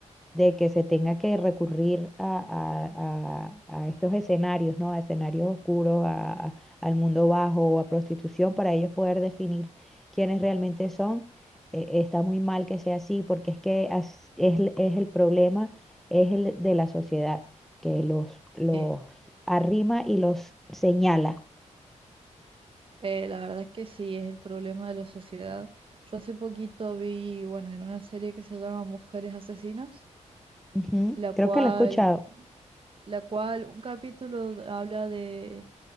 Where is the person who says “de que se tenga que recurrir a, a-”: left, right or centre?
Centre